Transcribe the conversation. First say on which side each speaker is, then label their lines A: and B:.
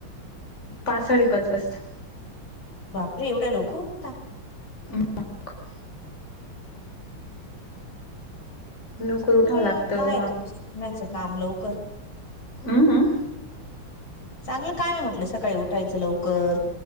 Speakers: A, on the left; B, on the left.
A: पाच साडेपाच वाजता.
B: बापरे एवढ्या लवकर उठता.
A: हम्म. <unintelligible> लवकर
B: चांगलं
A: उठावं लागतं
B: <unintelligible> तुमचं काम लवकर.
A: हम्म हम्म.
B: चांगलं काय हाय म्हटलं सकाळी उठायचं लवकर.